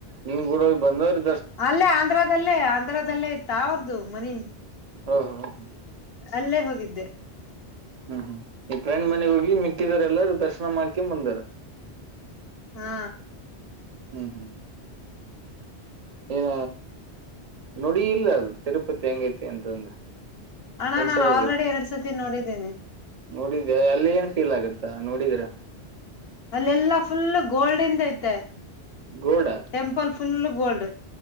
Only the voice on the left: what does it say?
ಅಲ್ಲೇ ಆಂಧ್ರದಲ್ಲೇ ಆಂಧ್ರದಲ್ಲೇ ಇತ್ತ ಅವ್ರದುು ಮನಿ
ಅಲ್ಲೇ ಹೋಗಿದ್ದೆ
ಹಾ
ಅಣ
ನಾನ್ ಆಲ್ರೆಡಿ ಎರಡ್ ಸರ್ತಿ ನೋಡಿದ್ದೇನಿ
ಅಲ್ಲೆಲ್ಲಾ ಫುಲ್ ಗೋಲ್ಡನ್ ಐತೆ
temple full gold